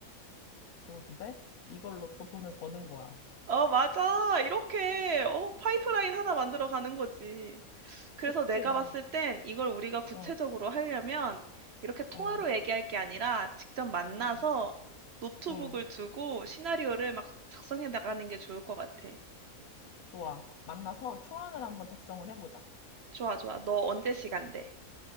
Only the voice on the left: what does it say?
좋은데? 이걸로 또 돈을 버는 거야.
그치.
응,
응,
응,
응.
좋아. 만나서 초안을 한번 작성을 해보자.